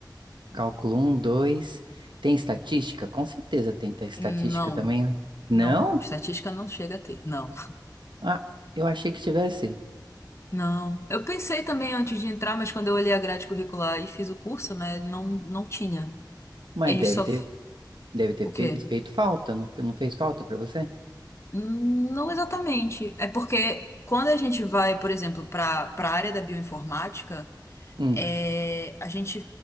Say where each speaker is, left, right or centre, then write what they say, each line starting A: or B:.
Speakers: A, on the right (about 85°); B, on the left (about 35°).
A: Cálculo um, 2. Tem estatística? Com certeza tem ta- estatística
B: Não.
A: também, né? Não?
B: Não, não. Estatística não chega a ter. Não.
A: Ah, eu achei que tivesse.
B: Não. Eu pensei também antes de entrar, mas quando eu olhei a grade curricular e fiz o curso, né, não, não tinha.
A: Mas
B: Eles
A: deve
B: só.
A: ter,
B: f-
A: deve ter
B: O quê?
A: fe- feito falta. Não, fe- não fez falta pra você?
B: Hum, Não exatamente. É porque quando a gente vai, por exemplo, para para a área da bioinformática,
A: Hum.
B: é, a gente